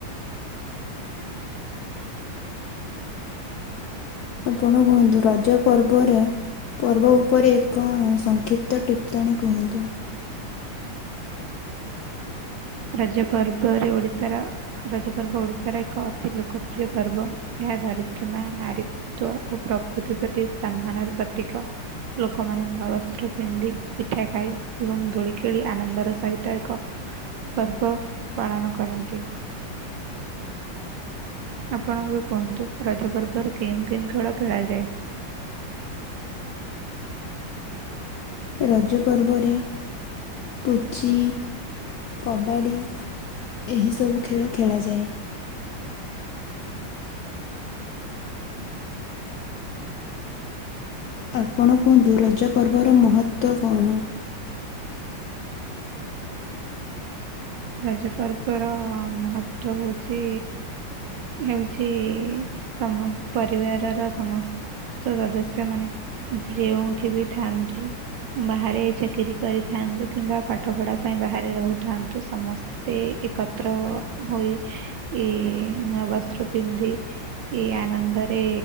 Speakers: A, on the left; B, on the right.
A: ଆପଣ କୁହନ୍ତୁ ରଜ ପର୍ବରେ ପର୍ବ ଉପରେ ଏକ ସଂକ୍ଷିପ୍ତ ଟିପ୍ପଣୀ କୁହନ୍ତୁ।
B: ରଜ ପର୍ବରେ ଓଡିଶାର ରଜ ପର୍ବ ଓଡିଶାର ଏକ ଅତି ଲୋକପ୍ରିୟ ପର୍ବ ଏହା। ଧରିତ୍ରିମା ନାରୀିତ୍ୱ ଓ ପ୍ରକୃତି ପ୍ରତି ସମ୍ମାନର ପ୍ରତୀକ ଲୋକମାନେ ନୂଆ ବସ୍ତ୍ର ପିନ୍ଧି ପିଠା ଖାଇ ଏବଂ ଦୋଳି ଖେଳି ଆନନ୍ଦର ସହିତ ଏକ ପର୍ବ ପାଳନ କରନ୍ତି। ଆପଣ ଏବେ କୁହନ୍ତୁ ରଜପର୍ବରେ କେଁଉ କେଉଁ ଖେଳ ଖେଳାଯାଏ।
A: ରଜ ପର୍ବରେ ପୁଚି। କବାଡ଼ି ଏହି ସବୁ ଖେଳ ଖେଳାଯାଏ। ଆପଣ କୁହନ୍ତୁ ରଜ ପର୍ବର ମହତ୍ତ୍ଵ କଣ।
B: ରଜ ପର୍ବ ର ମହତ୍ଵ ହଉଛି। ହଉଛି ସମସ୍ତ ପରିବାରର ସମସ୍ତ ସଦସ୍ୟ ମାନେ ଯେଉଠି ବି ଥାନ୍ତୁ ବାହାରେ ଚାକିରି କରିଥାନ୍ତ କିମ୍ବା ପାଠ ପଢା ପାଇଁ ବାହାରେ ରହୁଥାନ୍ତୁ। ସମସ୍ତେ ଏକତ୍ର ହୋଇ ଏ ନୂଆ ବସ୍ତ୍ର ପିନ୍ଧି ଏଇ ଆନନ୍ଦରେ